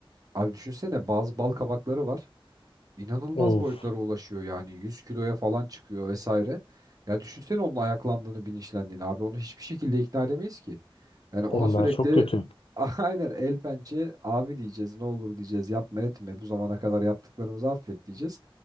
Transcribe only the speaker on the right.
Abi düşünsene bazı bal kabakları var inanılmaz
boyutlara ulaşıyor yani 100 kiloya falan çıkıyor vesaire. Ya düşünsene onun ayaklandığını bilinçlendiğini abi onu hiçbir şekilde ikna edemeyiz ki. Yani ona
sürekli
<laughs> aynen el pençe abi diyeceğiz ne olur diyeceğiz yapma etme bu zamana kadar yaptıklarımızı affet diyeceğiz.